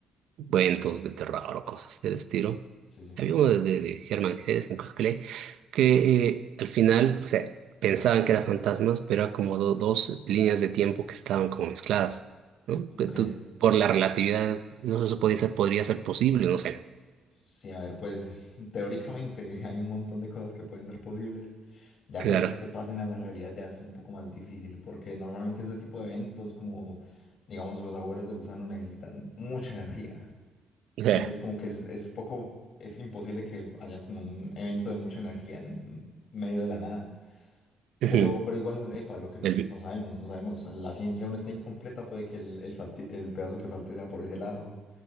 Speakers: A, on the right; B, on the left.
A: cuentos de terror o cosas del estilo.
B: Sí, sí.
A: Había uno de, de, de Hermann Hesse, creo que leí, que eh, al final, o sea, pensaban que eran fantasmas, pero era como do- dos líneas de tiempo que estaban como mezcladas, ¿no?
B: Ok.
A: Que tú, por la relatividad, no eso podía ser, podría ser posible, no sé.
B: Sí, a ver, pues teóricamente <laughs> hay un montón de cosas que pueden ser posibles, ya
A: Claro.
B: que se pasen a la realidad ya es un poco más difícil, porque normalmente este tipo de eventos, como digamos los agujeros de gusano, necesitan mucha energía.
A: Eh,
B: Entonces como que es, es poco, es imposible que haya como un evento de mucha energía en medio de la nada.
A: Ujú,
B: Pero, pero igual, epa, lo que no
A: el-
B: sabemos, no sabemos, la ciencia aún está incompleta, puede que el, el falte- el pedazo que falte sea por ese lado.